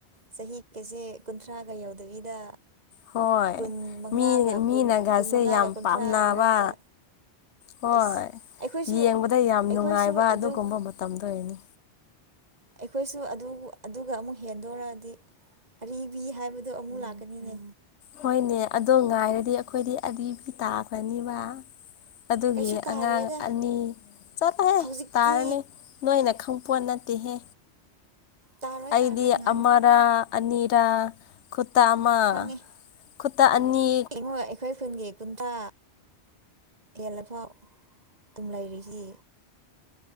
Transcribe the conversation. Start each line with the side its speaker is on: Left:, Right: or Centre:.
Right: ꯆꯍꯤꯒꯁꯦ ꯀꯨꯟꯊ꯭ꯔꯥꯒ ꯌꯧꯗꯕꯤꯗ
Left: ꯍꯣꯏ
Right: ꯀꯨꯟ ꯃꯉꯥꯒ
Left: ꯃꯤ ꯃꯤꯅꯒꯥꯁꯦ
Right: ꯀꯨꯟ ꯀꯨꯟ ꯃꯉꯥꯒ
Left: ꯌꯥꯝ
Right: ꯀꯨꯟꯊ꯭ꯔꯥ
Left: ꯄꯥꯝꯅꯕ
Right: ꯃꯔꯛꯇ
Left: ꯍꯣꯏ
Right: ꯑꯦꯁ ꯑꯩꯈꯣꯏꯁꯨ
Left: ꯌꯦꯡꯕꯗ ꯌꯥꯝ
Right: ꯑꯩꯈꯣꯏꯁꯨ
Left: ꯅꯨꯡꯉꯥꯏꯕ
Right: ꯑꯗꯨ
Left: ꯑꯗꯨꯒꯨꯝꯕ ꯃꯇꯝꯗꯣ ꯑꯣꯏꯅꯤ
Right: ꯑꯩꯈꯣꯏꯁꯨ ꯑꯗꯨ ꯑꯗꯨꯒ ꯑꯃꯨꯛ ꯍꯦꯟꯗꯣꯔꯛꯑꯗꯤ ꯑꯔꯤꯕꯤ ꯍꯥꯏꯕꯗꯣ ꯑꯃꯨꯛ ꯂꯥꯛꯀꯅꯤꯅꯦ
Left: ꯍꯣꯏꯅꯦ ꯑꯗꯣ ꯉꯥꯏꯔꯗꯤ ꯑꯩꯈꯣꯏꯗꯤ ꯑꯔꯤ ꯇꯥꯈꯅꯤꯕ ꯑꯗꯨꯒꯤ
Right: ꯀꯩꯁꯨ ꯇꯥꯔꯣꯏꯗ
Left: ꯑꯉꯥꯡ ꯑꯅꯤ ꯆꯠꯊꯣꯍꯦ
Right: ꯍꯧꯖꯤꯛꯇꯤ
Left: ꯇꯥꯔꯅꯤ ꯅꯣꯏꯅ ꯈꯪ ꯄꯣꯠ ꯅꯠꯇꯦꯍꯦ
Right: ꯇꯥꯔꯣꯏ
Left: ꯑꯩꯗꯤ
Right: ꯇꯥꯔꯣꯏ ꯉꯥꯏꯌꯣ
Left: ꯑꯃꯔꯥ ꯑꯅꯤꯔꯥ ꯈꯨꯠꯇ ꯑꯃꯥ
Right: ꯈꯪꯉꯦ
Left: ꯈꯨꯠꯇꯥ ꯑꯅꯤ
Right: ꯌꯦꯡꯉꯣ ꯑꯩꯈꯣꯏ ꯈꯨꯨꯟꯒꯤ ꯀꯨꯟꯇꯥ ꯌꯦꯜꯂꯐꯥꯎ ꯑꯗꯨꯝ ꯂꯩꯔꯤꯁꯤ